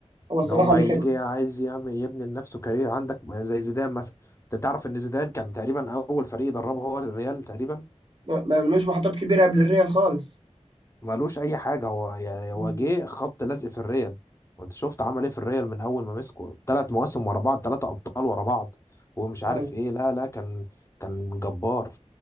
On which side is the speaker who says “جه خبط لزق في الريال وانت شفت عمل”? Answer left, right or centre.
Left